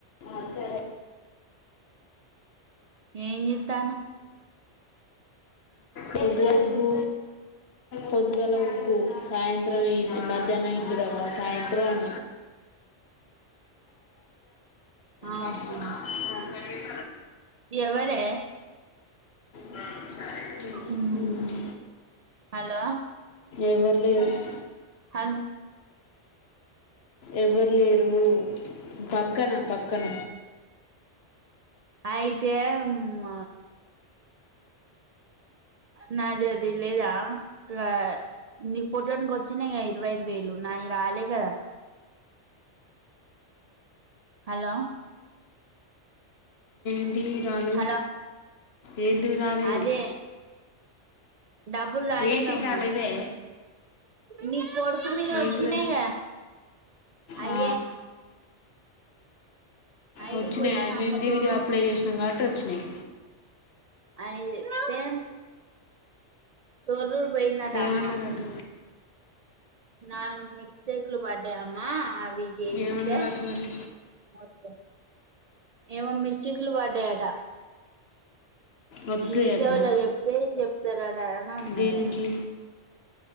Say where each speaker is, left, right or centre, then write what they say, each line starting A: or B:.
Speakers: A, on the left; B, on the right.
A: ఆ సరే
B: ఏం గితాను
A: పొద్దుగల ఉగ్గు పొద్దుగల ఉగ్గు సాయంత్రం మధ్యాహ్నం ఇడ్లీ రవ్వ సాయంత్రం
B: ఆహా
A: దర్శనా అ స
B: ఎవరే
A: ఆ
B: ఉమ్
A: మ్
B: హలో
A: ఎవరి ప
B: హలో
A: ఎవరు లేరు పక్కన పక్కన
B: అయితే మ్ నాది అది లేదా ఇ నీ పుట్టనికి వచ్చినాయి కదా ఇరవై ఐదు వేలు నాయి రాలే కదా హలో
A: మ్ టీ గాని
B: హలో
A: ఏంటిది రాలేదు
B: అదే డబ్బులు రాలే
A: ఏంటి
B: గా అమ్మా
A: రాలేదే
B: నీ కొడుకు మీద వచ్చినయి
A: ఏంటిదా
B: కదా అయ్యే
A: ఆ,
B: ఐదు
A: వచ్చినియ
B: పోయింది
A: అవి మేము
B: అమ్మ
A: తిరిగి
B: తొర్రూరు
A: అప్లై చేసినాం కాబట్టి వచ్చినాయి
B: అయితే తో పోయిందట
A: ఏమన్నారట
B: అమ్మా ఉ నాలుగు మిస్టేకులు పడ్డాయమ్మ ఇవి చేపిస్తే
A: ఏమన్నారట మరి
B: మొత్తం ఎవో మిస్టీకులు పడ్డాయట
A: వస్తుంది
B: మీసేవ
A: అట్నా
B: లోచెప్తే చెప్తారట అని అన్నాారట
A: దేనికి